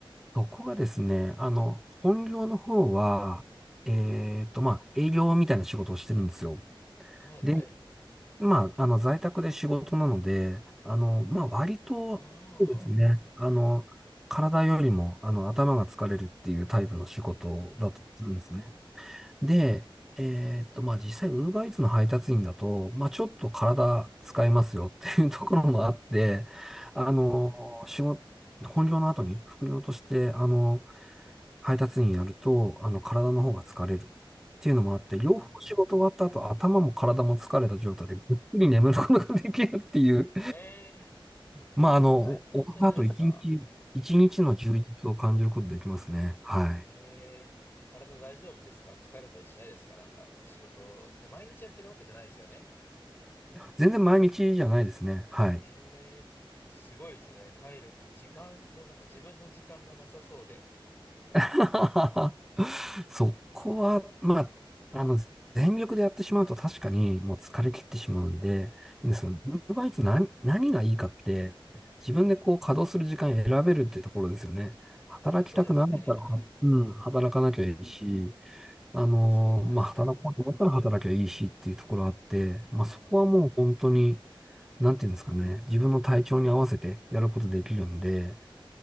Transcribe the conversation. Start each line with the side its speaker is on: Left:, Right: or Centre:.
Centre: そこがですね、あの、本業の方は、えっと、まあ、営業みたいな仕事をしてるんですよ。
Left: はいはい。
Centre: で、まあ、あの、在宅で仕事なので、あの、まあ、割と、
Left: ああ、
Centre: そうですね、あの、体よりも、あの、頭が疲れるっていうタイプの仕事だとするんですね。
Left: うんうんうん。
Centre: で、えーっと、まあ、実際、ウーバーイーツの配達員だと、まあ、ちょっと体使えますよっていうところもあって、あの、
Left: うん
Centre: 仕事、本業の後に副業として、あの、配達員やると、あの、体の方が疲れるっていうのもあって、
Left: うんうんうんうんうん。
Centre: 両方仕事終わった後、頭も体も疲れた状態でぐっくり眠ることができるっていう、
Left: ええ
Centre: まあ、あの、
Left: 大変じゃないですか。
Centre: 終わった後、一日、一日の充実を感じることできますね。はい。
Left: ええー、体大丈夫ですか疲れたりしないですかなんか、仕事、え毎日やってるわけじゃないですよね。
Centre: 全然毎日じゃないですね。はい。
Left: ええすごいですね。体力、時間、もうなんか自分の時間がなさそうで。
Centre: <laughs> そこは、まあ、あの、全力でやってしまうと確かにもう疲れ切ってしまうんで、
Left: うんうんうん。
Centre: その、ウーバイトツ何、何がいいかって、自分でこう稼働する時間選べるってところですよね。働きたくなかったら、
Left: ああ、そうですね。
Centre: はうん、働かなきゃいいし、
Left: うんうんうん。
Centre: あのーまあ、
Left: 確かに確かに。
Centre: 働こうと思ったら働きゃいいしっていうところあって、
Left: うんうん。
Centre: まあ、そこはもう本当に、なんていうんですかね、自分の体調に合わせてやることできるんで、